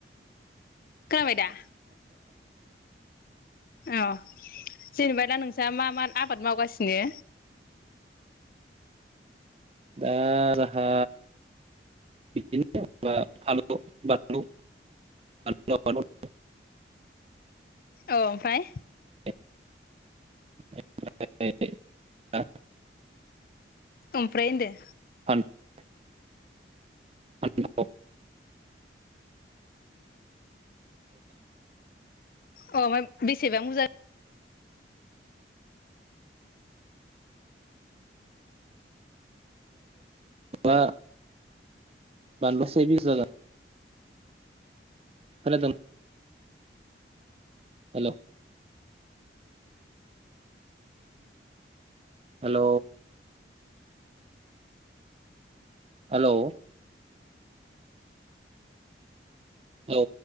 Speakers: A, on the left; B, on the right.
A: खोनाबाय दा? अ जेनेबा दा नों नोस्रा मा मा आबाद मावगासिनो?
B: दा जोंहा बिदिनो फानलु बानलु बानलु आबाद मावदों।
A: औ ओमफ्राय
B: ओमफ्राय
A: ओमफ्राय होनदों
B: <unintelligible>
A: अ ओमफ्राय बेसेबां बुरजा?
B: अ बानलुआ से बिगासो जागोन। खोनादों? हेल' हेल' हेल' औ।